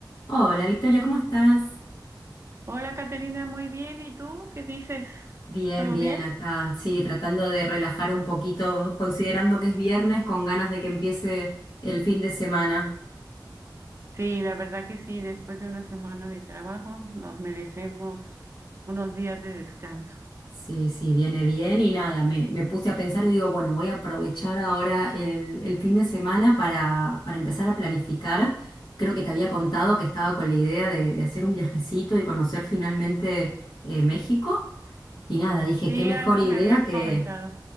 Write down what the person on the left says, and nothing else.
Hola Victoria, ¿cómo estás?
Bien,
bien
acá. Sí, tratando de relajar un poquito, considerando que es viernes, con ganas de que empiece el fin de semana.
Sí, sí, viene bien y nada, me, me puse a pensar y digo, bueno, voy a aprovechar ahora el, el fin de semana para, para empezar a planificar. Creo que te había contado que estaba con la idea de, de hacer un viajecito y conocer finalmente eh, México. Y nada, dije,
qué mejor
idea
que